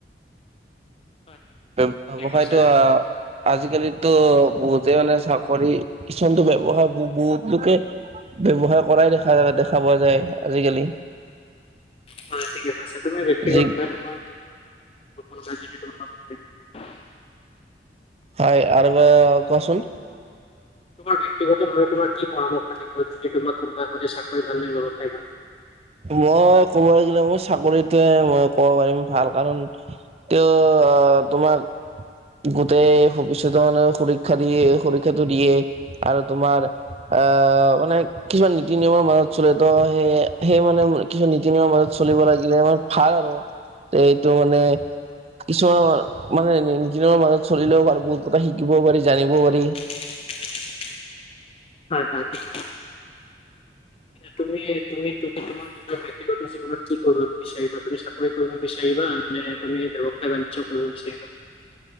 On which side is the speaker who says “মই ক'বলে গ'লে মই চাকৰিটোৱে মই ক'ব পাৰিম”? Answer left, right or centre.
Right